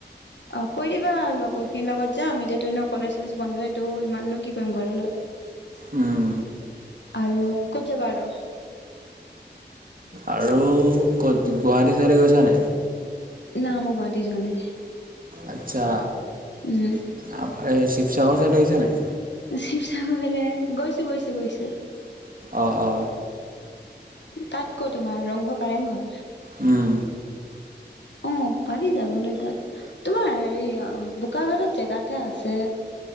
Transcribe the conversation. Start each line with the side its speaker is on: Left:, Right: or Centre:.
Left: অ' কৈ দিবা লগৰখিনিৰ লগত যাম, এতিয়াতো এনেও কলেজ চলেজ বন্ধইটো, ইমাননো কি কৰিম ঘৰ লগত।
Right: উম,
Left: আৰু, ক'ত যাবা আৰু?
Right: আৰু, ক'ত গুৱাহাটী চাইডে গৈছা নে?
Left: এ না মই গুৱাহাটী যোৱা নাই।
Right: আটছা,
Left: উম,
Right: আ এ চি শিৱসাগৰ ছাইদে আহিছা নাই?
Left: শিৱসাগৰ ফালে, গৈছো, গৈছো, গৈছো।
Right: অ', অ'।
Left: তাত ক তোমাৰ, ৰংঘৰ কাৰেংঘৰ?
Right: উম।
Left: অ' পাৰি যাবলৈ তাত, তোমাৰ হেৰি বোকাঘাটত জেগা এটা আছে,